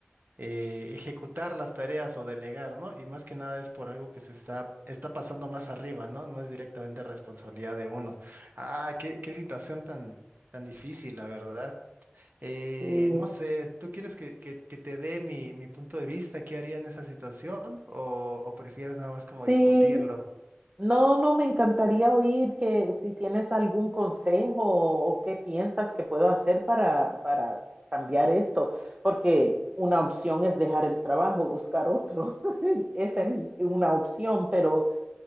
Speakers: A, on the right; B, on the right.
A: eh, ejecutar las tareas o delegar, ¿no? Y más que nada es por algo que se está, está pasando más arriba, ¿no? No es directamente responsabilidad de uno. Ah, qué, qué situación tan, tan difícil, la verdad. Eh,
B: sí,
A: no sé, ¿tú quieres que, que- que te dé mi, mi punto de vista? ¿Qué haría en esa situación? ¿O, o prefieres nada más como
B: sí.
A: discutirlo?
B: No, no, me encantaría oír que si tienes algún consejo o qué piensas que puedo hacer para, para cambiar esto, porque una opción es dejar el trabajo, buscar otro. <laughs> Esa es una opción, pero